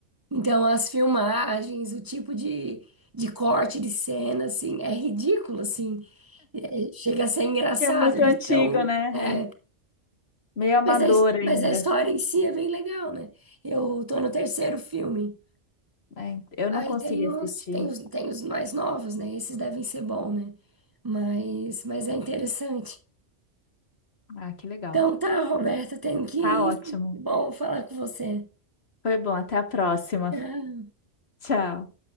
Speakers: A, on the right; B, on the left.
A: Então, as filmagens, o tipo de, de corte de cena, assim, é ridículo, assim. É, chega a ser engraçado
B: Que É muito
A: de
B: antigo,
A: tão...
B: né?
A: é,
B: É. Meio amador
A: mas, a,
B: ainda.
A: mas a história em si é bem legal, né? Eu tô no terceiro filme.
B: É, eu
A: Aí
B: não consegui
A: tem
B: assistir.
A: os, tem os, tem os mais novos, né? Esses devem ser bons, né? Mas, mas é interessante.
B: Ah, que legal.
A: Então tá, Roberta, tenho que ir.
B: Tá ótimo.
A: Bom falar com você.
B: Foi bom. Até a próxima.
A: Tchau.
B: Tchau.